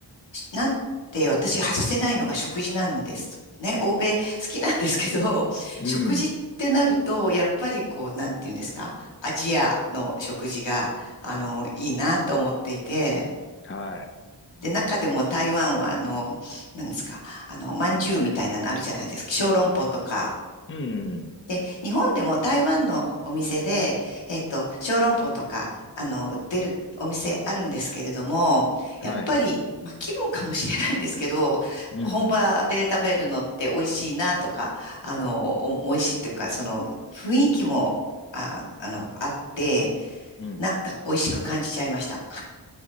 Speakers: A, on the left; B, on the left.
A: しなんて私外せないのが食事なんですね。欧米好きなんですけど、
B: うん
A: 食事ってなると、やっぱりこう、なんていうんですか、アジアの食事が、あの、いいなと思っていて、
B: はい。
A: で、中でも台湾は、あの、なんですか、あの、まんじゅうみたいなのあるじゃないですか。小籠包とか、
B: うん、うん。
A: で、日本でも台湾のお店で、えっと、小籠包とか、あの、売ってるお店あるんですけれども、
B: はい。
A: やっぱり、まあ、気分かもしれないんですけど、
B: うん、
A: 本場で食べるのって美味しいなとか、
B: うん。
A: あの、お、美味しいっていうか、その、雰囲気も、あ、あの、あって、
B: うん。
A: なんか美味しく感じちゃいました。